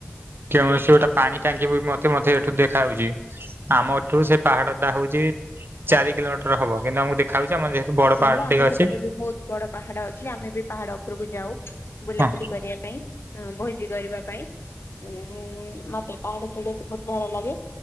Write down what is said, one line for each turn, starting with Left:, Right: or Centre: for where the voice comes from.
Right: କୌଣସି ଗୋଟେ ପାଣିଟାଙ୍କି ବିମତେ ମତେଏଠୁ ଦେଖାାଯାଉଛି। ଆମ ଏଠୁ ସେ ପାହାଡଟା ହଉଛି ଚାରିକିଲୋମଟର ହବ କିନ୍ତୁ ଆମକୁ ଦେଖାଉଛି ଆମର ଯେହେତୁ ବଡ
Left: ଯାଉ
Right: ପାହାଡ
Left: ଆମ
Right: ଟିକେ
Left: ସେପଟେବି
Right: ଅଛି
Left: ବହୁତ ବଡ ପାହାଡ ଅଛି। ଆମେବି ପାହାଡ ଉପରକୁ ଯାଉ। ବୁଲାବୁଲି
Right: ହଁ
Left: କରିବାପାଇଁ ହଁ ଭୋଜି କରିବା ପାଇଁ ଉଁ ଉଁ ମତେ ପାହାଡ ଚଢିବାକୁ ବହୁତ ଭଲ ଲାଗେ।